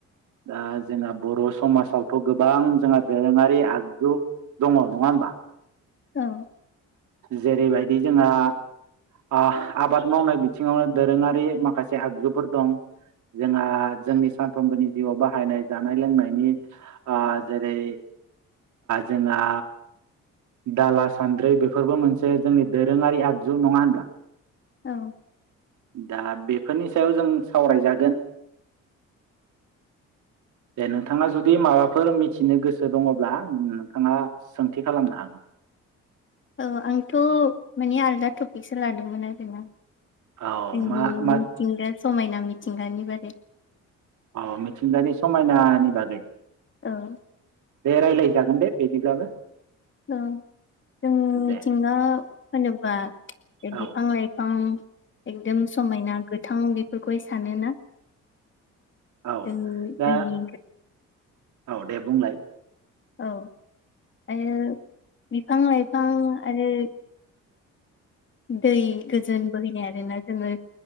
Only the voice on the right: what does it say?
दा जोंहा बर' समाजावथ' गोबां जोंहा दोरोङारि आगजु दङ नङा होमबा
जेरैबायदि जोंहा हा आबाद मावनाय बिथिङावनो दोरोङारि माखासे आगजुफोर दं जोंहा जोंनि सानफ्रोमबोनि जिउआव बाहायनाय जानाय लोंनायनि ओ जेरै जोंहा दाला सान्द्रि बेफोरबो मोनसे जोंनि दोरोङारि आगजु नङा होनब्ला
दा बेफोरनि सायाव जों सावरायजागोन दे नोंथाङा जुदि माबाफोर मिथिनो गोसो दङब्ला नोंथाङा सोंथि खालामनो हागोन
औ
मा मा
औ मिथिंगानि समायनानि बागै
दे रायज्लायजागोन दे बिदिब्लाबो
दे
औ
औ
दा
औ दे बुंलाय